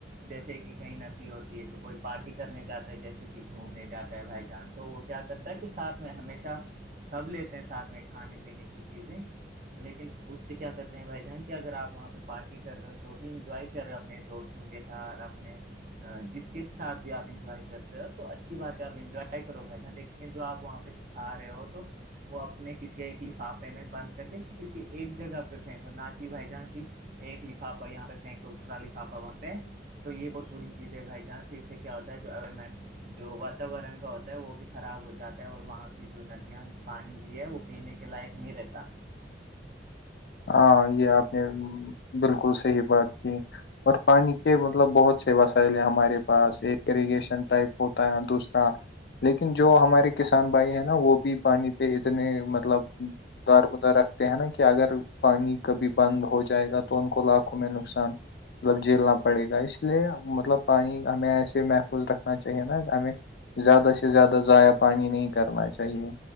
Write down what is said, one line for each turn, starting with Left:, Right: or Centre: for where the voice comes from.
Right: جیسے کہ کہیں ندی ہوتی ہے تو کوئی پارٹی کرنے جاتا ہے جیسے کہ گھومنے جاتا ہے بھائی جان تو وہ کیا کرتا کہ ساتھ میں ہمیشہ سب لیتے ہیں ساتھ میں کھانے پینے کی چیزیں تو لیکن اس سے کیا کرتے ہیں بھائی جان کہ اگر آپ وہاں پہ پارٹی کر رہے ہو جو بھی انجوائے کر رہے ہو اپنے دوست دگے سار اپنے جس کے ساتھ بھی آپ انجوائے کر رہے ہو تو اچھی بات ہے آپ انجوائے کرو بھائی جان دیک لیکن جو آپ وہاں پہ کھا رہے ہو تو وہ اپنے کسی ایک لفافے میں بند کر دیں کسی ایک جگہ پہ پھینکو نہ کہ بھائی جہاں کی ایک لفافہ یہاں پہ دوسرا لفافہ وہاں پہ تو یہ بہت بری چیز ہے بھائی جان تو اس سے کیا ہوتا ہے جو م جو واتاورن کا ہوتا ہے وہ بھی خراب ہو جاتا ہے اور وہاں کی جو ندیاں پانی بھی ہے وہ پینے کے لائق نہیں رہتا
Left: ہاں یہ آپ نے بالکل صحی بات کی اور پانی کے مطلب بہت سے وسائل ہمارے پاس ایک ایریگیشن ٹائپ ہوتا ہے دوسرا لیکن جو ہمارے کسان بھائی ہیں نا وہ بھی پانی پہ اتنے مطلب دار بدر رکھتے ہیں نا کہ اگر پانی کبھی بند ہو جائے گا تو ان کو لاکھوں میں نقصان مطلب جیلنا پڑے گا اس لیے مطلب پانی ہمیں ایسے محفوظ رکھنا چاہیے نا ہمیں زیادہ سے زیادہ ضائع پانی نہیں کرنا چاہیے